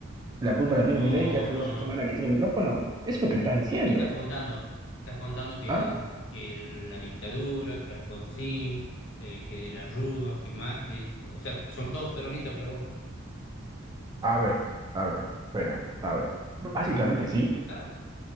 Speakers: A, on the right (about 20°); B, on the left (about 65°).
A: ¿La culpa la
B: no,
A: tiene Milei que hace
B: no,
A: dos
B: no.
A: semanas que tiene un micrófono? Eso es lo que me estás diciendo.
B: ¿Vos qué estás contando? Estás contando que,
A: ¿Ah?
B: el, que el- la dictadura, que Alfonsín, eh, que de la Rúa, que Macri, o sea, son todos peronistas, pero vos,
A: A ver, a ver, espera, a ver. Básicamente sí.
B: contá.